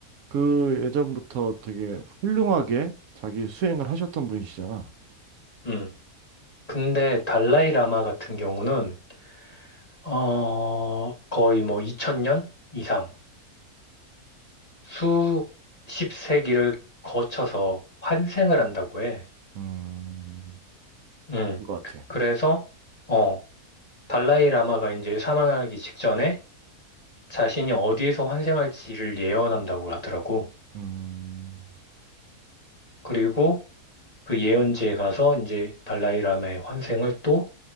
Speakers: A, on the right; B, on the left.
A: 그 예전부터 되게 훌륭하게 자기 수행을 하셨던 분이시잖아.
B: 음. 근데 달라이라마 같은 경우는 어, 거의 뭐 2000년 이상 수십 세기를 거쳐서 환생을 한다고 해.
A: 음,
B: 음.
A: 그거 같아.
B: 그래서 어, 달라이라마가 이제 사망하기 직전에 자신이 어디에서 환생할지를 예언한다고 하더라고.
A: 음,
B: 그리고 그 예언지에 가서 이제 달라이라마의 환생을 또